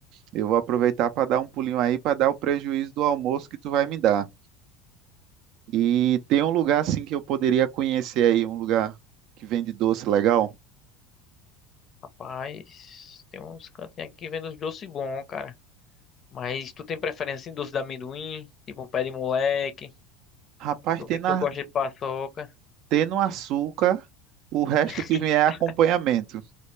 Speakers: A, on the right; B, on the left.
A: eu vou aproveitar para dar um pulinho aí, para dar o prejuízo do almoço que tu vai me dar. E tem um lugar assim que eu poderia conhecer aí, um lugar que vende doce legal?
B: Rapaz, tem uns cantinhos aqui que vendem uns doces bons, cara. Mas tu tem preferência em doce de amendoim? Tipo um pé de moleque?
A: Rapaz,
B: Eu
A: tem,
B: vi
A: na,
B: que tu gosta de paçoca.
A: tem no açúcar o resto
B: <laughs>
A: que vier é acompanhamento.